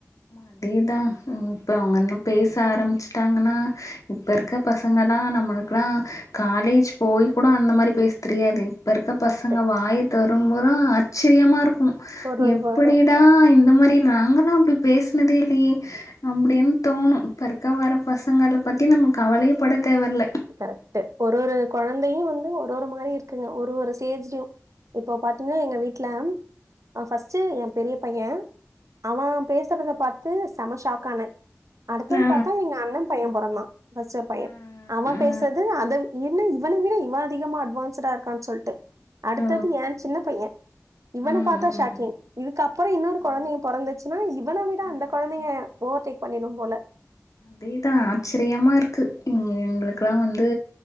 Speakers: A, on the left (about 90°); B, on the right (about 75°).
A: அதேதா ம் இப்ப அவங்க இன்னும் பேச ஆரம்பிச்சுட்டாங்கன்னா இப்ப இருக்க பசங்கள்லா நம்மளுக்கள்லா காலேஜ் போய் கூட அந்த மாரி பேச தெர்யாது இப்ப இருக்க
B: கரெக்ட்
A: பசங்க வாய் தொரம்போது ஆச்சரியமா இருக்கும்
B: ஒரு ஒரு
A: எப்படிடா
B: வேர்டும்
A: ஆ இந்த மாரி ராங்கா ஆனா அப்டி பேசுனதே இல்லையே அப்டின் தோணும் இப்ப இருக்க வர பசங்களா பத்தி நம்ம கவலையேப்பட தேவயில்ல
B: கரெக்ட்டு ஒரு ஒரு கொழந்தையும் வந்து ஒரு ஒரு மாரி இருக்குங்க ஒரு ஒரு ஸ்டேஜ்லயு இப்போ பாத்தீங்கன்னா எங்க வீட்ல ஆ ஃபர்ஸ்ட்டு எ பெரிய பைய அவன் பேசறத பாத்து செம ஷாக்கான அடுத்தது
A: ஆ
B: பாத்தா எங்க அண்ண பைய பொறந்தா <unintelligible> பைய
A: ஆ
B: அவன்
A: ஆ
B: பேசறது அத என்ன இவன விட இவன் அதிகமா அட்வான்ஸ்டா இருக்கா சொல்ட்டு அடுத்தது
A: ஓ
B: ஏன் சின்ன பைய இவன
A: ம்
B: பாத்தா
A: ம்
B: ஷாக்கிங் இதுக்கப்பறம் இன்னொரு
A: ஓ
B: கொழந்தைங்க பொறந்துச்சுன்னா இவன விட
A: ஆ
B: அந்த கொழந்தைங்க ஓவர்டேக் பண்ணிடும் போல
A: அதேதா ஆச்சரியமா இருக்கு எங்களுக்கல்லா வந்து